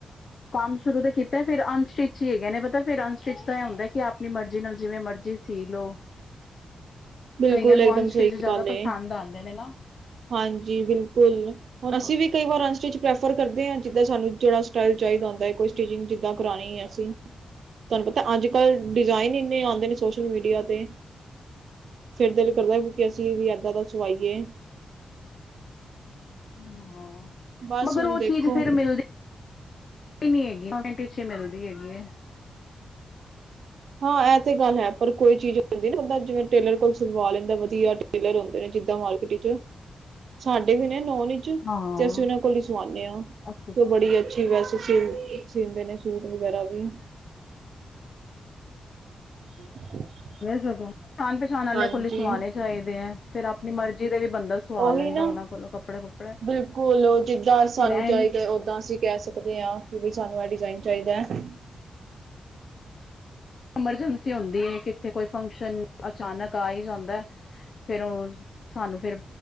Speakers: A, on the left; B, on the right.
A: ਕੰਮ ਸ਼ੁਰੂ ਤੇ ਕੀਤਾ ਫਿਰ ਅਨਸਟਿਚ ਹੀ ਹੈਗੇ ਨੇ' ਪਤਾ ਫਿਰ ਅਨਸਟਿਚ ਤਾਂ ਇਹ ਹੁੰਦਾ ਕਿ ਆਪਣੀ ਮਰਜ਼ੀ ਨਾਲ ਜਿਵੇਂ ਮਰਜ਼ੀ। ਸੀ ਲੋਓ
B: ਬਿਲਕੁਲ
A: ਕਈਆਂ ਨੂੰ
B: ਇੱਕਦਮ
A: ਅਨਸਟੇਜ
B: ਸਹੀ
A: ਜ਼ਿਆਦਾ
B: ਗੱਲ
A: ਪਸੰਦ
B: ਏ,
A: ਆਉਂਦੇ ਨੇ ਨਾ।
B: ਹਾਂਜੀ ਬਿਲਕੁਲ
A: ਹਾਂ
B: ਹੁਣ ਅਸੀਂ ਵੀ। ਕਈ ਵਾਰ ਅਨਸਟੇਜ ਪ੍ਰੈਫਰ ਕਰਦੇ ਹਾਂ ਜਿੱਦਾਂ ਸਾਨੂੰ ਜਿਹੜਾ ਸਟਾਈਲ ਚਾਹੀਦਾ ਹੁੰਦਾ ਹੈ ਕੋਈ ਸਟਿਚਿੰਗ ਜਿੱਦਾਂ ਕਰਾਣੀ ਹੈ ਅਸੀਂ। ਤੁਹਾਨੂੰ ਪਤਾ ਅੱਜ ਕੱਲ ਡਿਜ਼ਾਇਨ ਇੰਨੇ ਆਉਂਦੇ ਨੇ ਸੋਸ਼ਲ ਮੀਡੀਆ ਤੇ। ਫਿਰ ਦਿਲ ਕਰਦਾ ਵੀ ਅਸੀਂ ਵੀ ਏਦਾਂ ਦਾ ਸਵਾਈਏ।
A: ਹਾਂ
B: ਬਸ
A: ਮਗਰ
B: ਹੁਣ
A: ਉਹ
B: ਦੇਖੋ
A: ਚੀਜ਼ ਫਿਰ ਮਿਲਦੀ ਮਿਲਦੀ ਨੀ ਹੈਗੀ <unintelligible> ਮਿਲਦੀ ਹੈਗੀ ਏ।
B: ਹਾਂ ਇਹ ਤੇ ਗੱਲ ਹੈ ਪਰ ਕੋਈ ਚੀਜ਼ ਹੁੰਦੀ ਨਾ ਬੰਦਾ ਜਿਵੇਂ ਟੇਲਰ ਕੁਝ ਸੁਲਵਾ ਲੈਂਦਾ ਵਧੀਆ। ਟੇਲਰ ਹੁੰਦੇ ਨੇ ਜਿੱਦਾਂ ਮਾਰਕੀਟ ਚ'ਸਾਡੇ ਵੀ ਨੇ ਨੌ ਨੀ। ਵਿੱਚ
A: ਹਾਂ
B: ਤੇ ਅਸੀਂ ਉਹਨਾਂ ਕੋਲ ਹੀ ਸਵਾਂਦੇ ਹਾਂ'
A: ਅੱਛਾ ਅੱਛਾ
B: ਤੇ ਉਹ ਬੜੀ ਵੈਸੇ ਸਿੰਦੇ ਨੇ ਸੂਟ ਵਗੈਰਾ ਵੀ। <inaudible>
A: ਸਗੋਂ ਜਾਣ ਪਛਾਣ ਵਾਲੇ
B: ਹਾਂਜੀ
A: ਖੁੱਲੇ ਸਵਾਣੇ ਚਾਹੀਦੇ ਹੈ। ਫਿਰ ਆਪਣੀ ਮਰਜ਼ੀ ਦੇ ਵੀ ਬੰਦਾ। ਸਵਾ
B: ਉਹੀ
A: ਲੈਂਦਾ
B: ਨਾ
A: ਉਹਨਾਂ ਕੋਲੋਂ ਕੱਪੜੇ ਕੁਪੜੇ
B: ਬਿਲਕੁਲ ਜਿੱਦਾਂ ਸਾਨੂੰ
A: ਫਿਰ ਐਂਡ
B: ਚਾਹੀਦਾ ਉਦਾਂ ਅਸੀਂ। ਕਹਿ ਸਕਦੇ ਹਾਂ ਕਿ ਬਈ ਸਾਨੂੰ ਇਹ ਡਿਜ਼ਾਇਨ ਚਾਹੀਦਾ ਹੈ।
A: ਐਮਰਜੈਂਸੀ ਹੁੰਦੀ ਹੈ ਕਿੱਥੇ ਕੋਈ ਫੰਕਸ਼ਨ ਅਚਾਨਕ ਆ ਹੀ ਜਾਂਦਾ। ਫਿਰ ਉਹ ਸਾਨੂੰ ਫਿਰ